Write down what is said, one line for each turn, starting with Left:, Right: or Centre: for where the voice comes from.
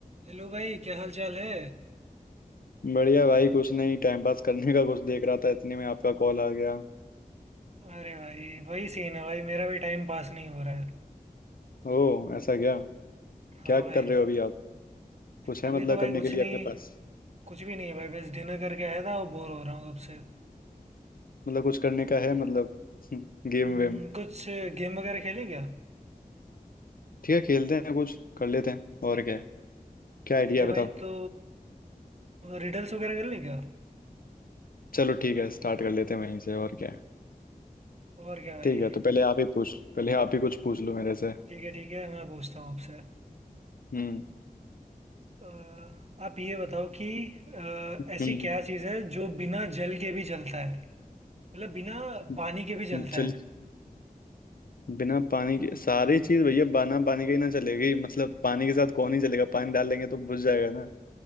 Right: Hello भाई क्या हाल चाल है
Left: बढ़िया भाई कुछ नहीं टाइम पास करने का कुछ देख रहा था इतने में आपका कॉल आ गया
Right: अरे भाई वही सीन है भाई मेरा भी टाइम पास नहीं हो रहा है
Left: ओ ऐसा क्या
Right: हाँ
Left: क्या कर
Right: भाई
Left: रहे हो अभी आप कुछ है
Right: अभी
Left: मतलब
Right: तो भाई
Left: करने
Right: कुछ
Left: के लिए
Right: नहीं
Left: आपके पास
Right: कुछ भी नहीं है भाई बस डिनर करके आया था और बोर हो रहा हूँ तब से
Left: मतलब कुछ करने का है मतलब <laughs> गेम
Right: हम्म,
Left: वेम
Right: कुछ गेम वगैरह खेलें क्या
Left: ठीक है खेलते हैं कुछ कर लेते हैं और क्या है क्या आइडिया
Right: ठीक है
Left: है
Right: भाई
Left: बताओ
Right: तो रिडल्स वगैरह कर लें क्या
Left: चलो ठीक है स्टार्ट कर लेते हैं वहीं से और क्या है
Right: और क्या भाई
Left: ठीक है तो पहले आप ही पूछ पहले आप ही कुछ पूछ लो मेरे से
Right: ठीक है ठीक है मैं पूछता हूँ आपसे
Left: हम्म
Right: अ, आप ये बताओ कि अ,
Left: हम्म
Right: ऐसी क्या चीज़ है जो बिना जल के भी जलता है मतलब बिना
Left: हम्म।
Right: पानी के भी जलता
Left: चल
Right: है
Left: बिना पानी के सारी चीज भैया बिना पानी के ही ना चलेगी मतलब पानी के साथ कौन ही चलेगा पानी डाल लेंगे तो बुझ जाएगा ना